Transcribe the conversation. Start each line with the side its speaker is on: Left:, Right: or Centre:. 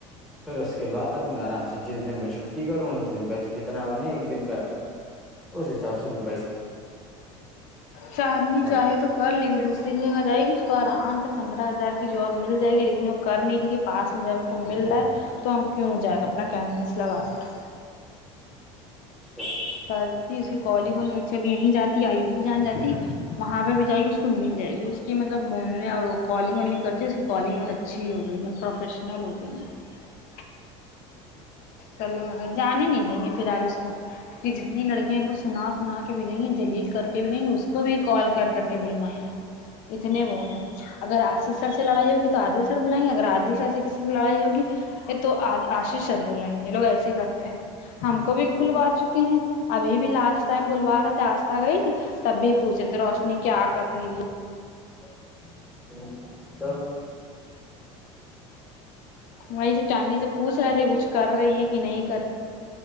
Centre: پھر اس کے بعد میں آرام سے جس دن میں چھٹی کروں <unintelligible> اس دن کا جتنا بنے ایک دن کا اس حساب سے ت
Left: چاندنی
Centre: اب
Left: چاہے تو کر لی دوسری جگہ جائے گی اس کو آرام سےک <unintelligible> پندرہ ہزار کی جو <unintelligible> مل جائے گی لیکن وہ کر نہیں رہ <unintelligible> پاس میں جب ہم کو مل رہا ہے تو ہم کیوں جائے گا اپنا کینوینس لگا کر
Centre: اچ <unintelligible>
Left: کرتی اسی کوال کون <unintelligible> جب یہیں جاتی ہے آیو سی جان جاتی ہے وہاں پہ بھی جائے گی اس کو مل <unintelligible> جائے گی اس کی مطلب بولنے اور <unintelligible> کالنگ اور نہیں کرتے اس کی کالگ بہت اچھا <unintelligible> اچھی ہو گئی ا دن پروفیشنل ہو گئی ہیں <unintelligible> لوگ م جانے نہیں دیں گے فی الحال اس کو کہ جتنی لڑکیاں ان کو سنا سنا کے بھی گئیں ہیں جلیل کر کے بھی گئیں اس کو بھی کال کر کر کے بلوائیں گے اتنے وہ ہیں اگر آشیش سر سے لڑائی ہوگی تو عادل سر بلائیں گے اگر عادل سر سے کسی سے لڑائی ہوگی تو آ <unintelligible> سر بلائیں گے لوگ ایسے کرتے ہیں ہم کو بھی بلوا چکے ہیں ابھی بھی لاسٹ ٹائم بلوا رہے تھے آستھا گئی تھی تب بھی ہم پوچھ رہے تھے روشنی کیا کر رہی ہے
Centre: ہ تو تو <inaudible>
Left: وہی سےب چاندنی سے پوچھ رہے تھے کچھ کر رہی ہے کہ نہیں کر رہی